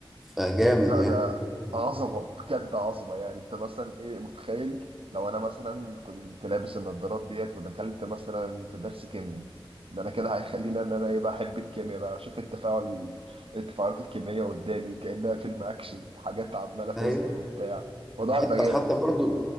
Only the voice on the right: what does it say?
ده ده عظمه بجد عظمه يعني انت مثلا ايه متخيل لو انا مثلا كنت لابس النضارات ديت ودخلت مثلا في درس كيمياء ده انا كده هيخليني ان انا ايه بقى احب الكيمياء بقى اشوف التفاعل التفاعلات الكيمياء قدامي كانها فيلم اكشن حاجات عماله تظهر
وبتاع الموضوع
هيبقى جامد